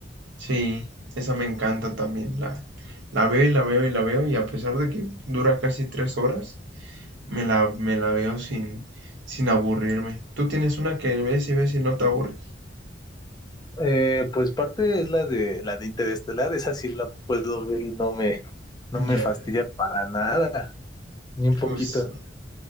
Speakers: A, on the right; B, on the left.
A: Sí, esa me encanta también. La, la veo y la veo y la veo, y a pesar de que dura casi tres horas, me la, me la veo sin, sin aburrirme. ¿Tú tienes una que ves y ves y no te aburres?
B: Eh, pues parte es la de la de Interestelar, esa sí la puedo ver y no me, no me
A: Ya,
B: fastidia para nada, ni un poquito.
A: justo.